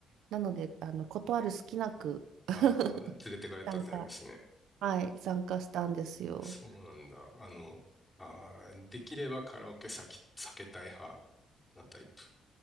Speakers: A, on the right; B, on the left.
A: なので、あの、断る隙なく <laughs>
B: ああ、連れてかれたって感じですね。
A: 参加、はい、参加したんですよ。
B: そうなんだ。あの、あー、できればカラオケ先避けたい派なタイプ。